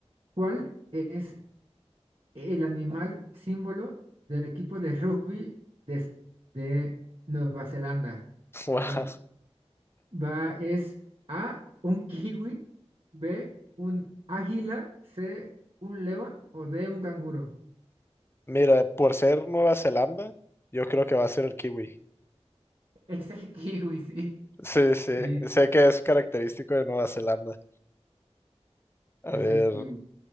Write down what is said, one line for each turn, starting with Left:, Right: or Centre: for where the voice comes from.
Right: ¿Cuál es el animal símbolo del equipo de rugby de, de Nueva Zelanda?
Left: <laughs> Wow.
Right: Esta es- va, es A, un kiwi, B, un águila, C, un león o D, un canguro.
Left: Mira, por ser Nueva Zelanda, yo creo que va a ser el kiwi.
Right: Es el kiwi, sí.
Left: Sí, sí,
Right: Sí,
Left: sé que es característico de Nueva Zelanda. A
Right: es
Left: ver,
Right: el kiwi.